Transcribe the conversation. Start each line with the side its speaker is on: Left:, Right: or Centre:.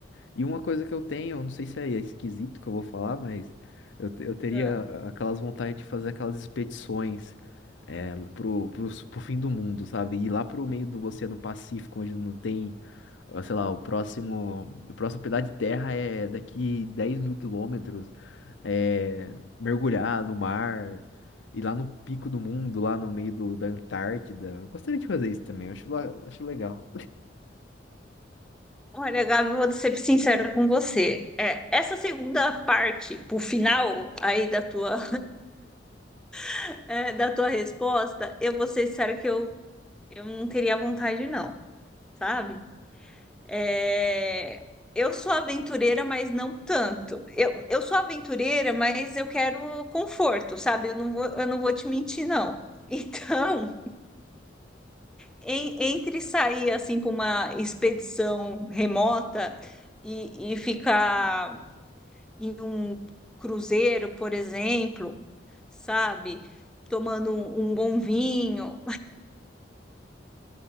Left: E uma coisa que eu tenho, eu não sei se é esquisito que eu vou falar, mas eu, te- eu teria
Centre: É.
Left: aquelas vontade de fazer aquelas expedições é, pro, pro, pro fim do mundo, sabe? Ir lá pro meio do Oceano Pacífico, onde não tem ou, Sei lá, o próximo, o próximo pedaço de terra é daqui dez mil quilômetros, é, mergulhar no mar, ir lá no pico do mundo, lá no meio do- da Antártida. Eu gostaria de fazer isso também, eu acho, la- acho legal.
Centre: Olha, Gabi, eu vou ser sincera com você. É, essa segunda parte, pro final aí da tua, <laughs> é, da tua resposta, eu vou ser sincera que eu, eu não teria vontade, não, sabe? É, eu sou aventureira, mas não tanto. Eu, eu sou aventureira, mas eu quero conforto, sabe? Eu não vou, eu não vou te mentir, não. <laughs> Então, em- entre sair assim para uma expedição remota e, e ficar em um cruzeiro, por exemplo, sabe? Tomando um, um bom vinho,